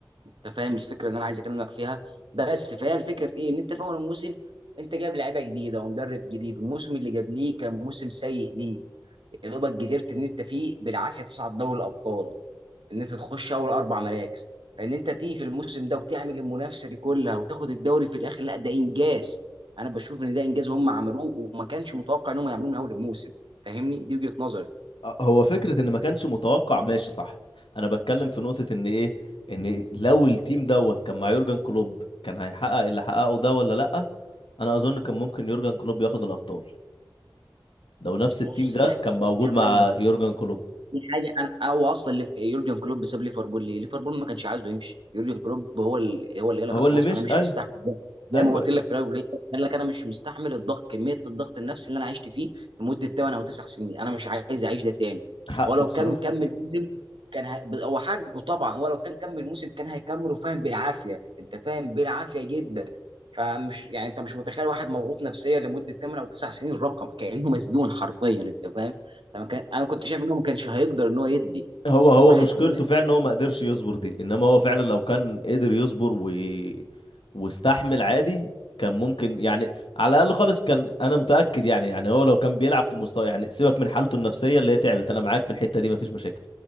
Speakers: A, on the right (about 80°); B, on the left (about 85°).
A: انت فاهم الفكره اللي انا عايز اكلمك فيها بس فهي الفكره في ايه ان انت في اول الموسم انت جايب لعيبه جديده ومدرب جديد والموسم اللي جاب ليه كان موسم سيء ليه يا دوبك قدرت ان انت فيه بالعافيه تصعد دوري الابطال ان انت تخش اول اربع مراكز فان انت تيجي في الموسم ده وتعمل المنافسه دي كلها وتاخد الدوري في الاخر لا ده انجاز انا بشوف ان ده انجاز هم عملوه وما كانش متوقع ان هم يعملوه من اول الموسم فاهمني دي وجهه نظري
B: أه، هو فكره ان ما كانش متوقع ماشي صح انا بتكلم في نقطه ان ايه ان لو التيم دوت كان مع يورجن كلوب كان هيحقق اللي حققه ده ولا لا انا اظن كان ممكن يورجن كلوب ياخد الابطال لو نفس التيم
A: بص
B: ده
A: دي حاجه
B: كان موجود
A: دي حاجه
B: مع يورجن كلوب
A: دي حاجه انا هو اصلا اللي يورجن كلوب ساب ليفربول ليه؟ ليفربول ما كانش عايزه يمشي يورجن كلوب هو ال... هو اللي قال
B: هو
A: لك خلاص
B: اللي مش
A: انا مش
B: ايوه
A: مستحمل ده زي
B: ايوه
A: ما قلت
B: أيوة.
A: لك في الاول قال لك انا مش مستحمل الضغط كميه الضغط النفسي اللي انا عشت فيه لمده 8 او 9 سنين انا مش عايز اعيش ده تاني
B: حقه
A: هو لو
B: بصراحه
A: كان كمل موسم كان ه... هو حاجه طبعا هو لو كان كمل موسم كان هيكمله فاهم بالعافيه انت فاهم بالعافيه جدا فمش يعني انت مش متخيل واحد مضغوط نفسيا لمده 8 او 9 سنين رقم كانه مسجون حرفيا انت فاهم لما كان انا كنت شايف ان هو ما كانش هيقدر ان هو يدي
B: هو هو
A: واحد
B: مشكلته
A: م-
B: فعلا ان هو ما قدرش يصبر دي انما هو فعلا لو كان قدر يصبر و... واستحمل عادي كان ممكن يعني على الاقل خالص كان انا متاكد يعني يعني هو لو كان بيلعب في مستوى يعني سيبك من حالته النفسيه اللي هي تعبت انا معاك في الحته دي مفيش مشاكل